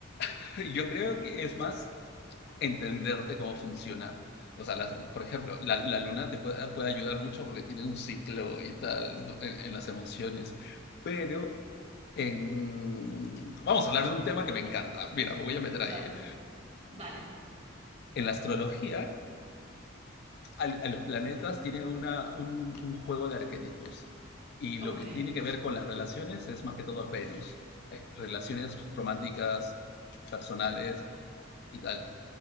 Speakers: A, on the left; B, on the right.
A: <laughs> Yo creo que es más entenderte cómo funciona. O sea, las- por ejemplo, la, la luna te puede, puede ayudar mucho porque tiene un ciclo y tal ¿no? en, en las emociones. Pero en... vamos a hablar de un tema que me encanta. Mira, me voy a meter
B: A
A: ahí.
B: ver,
A: ¿eh?
B: dale,
A: En la astrología, al- a los planetas tienen una, un, un juego de arquetipos. Y
B: ok,
A: lo que tiene que ver con las relaciones es más que todo Venus. Eh, Relaciones románticas, personales y tal.